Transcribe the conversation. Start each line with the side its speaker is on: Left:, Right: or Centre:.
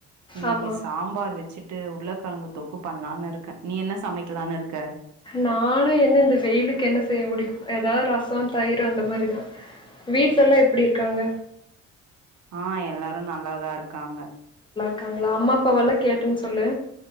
Right: இன்னைக்கு
Left: ஆமா
Right: சாம்பார் வச்சுட்டு ட்டு உருளைக்கெழங்கு தொக்கு பண்ணலான்னு இருக்கே நீ என்ன சமைக்கலாம்னுக்க
Left: நானும் என்ன இந்த வெயிலுக்கு என்ன செய்ய முடியும் ஏதாவது ரசம் தயிர் அந்த மாரிதான் வீடல எல்லாம் எப்படி இருக்காங்க
Right: ஆ எல்லாரும் நல்லாதான் இருக் காங்க
Left: உங்க அம்மா அப்பா வல்லாம் கேட்டுன்னு சொல்லு